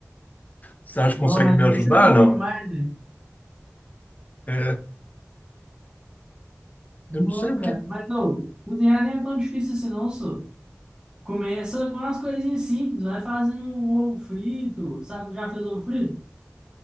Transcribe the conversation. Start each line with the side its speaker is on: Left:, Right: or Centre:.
Left: Você acha que
Right: Não,
Left: consegue
Right: mas
Left: me ajudar?
Right: isso deu ruim
Left: Não.
Right: demais, velho.
Left: É,
Right: Não,
Left: eu não sei o
Right: cara.
Left: que
Right: Mas, ô, cozinhar nem é tão difícil assim, não, só. Começa com umas coisinhas simples, vai fazendo um ovo frito, sabe? Já fez ovo frito?